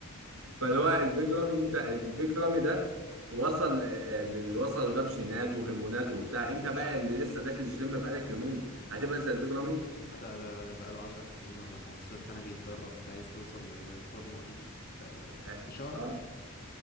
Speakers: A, on the left; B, on the right.
A: يا
B: فاللي
A: يا-
B: هو البيج رامي انت البيج رامي ده وصل آه، للي وصل ده بجينات وهرمونات وبتاع انت بقى اللي لسه داخل الجيم بقالك يومين هتبقى زي البيج رامي
A: ده ده, ده بقاله عشر سنين ولا خمستاشر سنة بيتدرب انت عايز توصل لل- للفورمة دي في
B: اه
A: في شهر
B: آه.